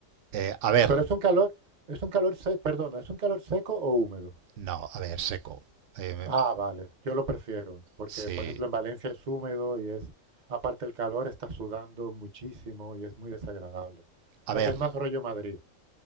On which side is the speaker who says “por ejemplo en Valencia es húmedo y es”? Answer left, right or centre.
Right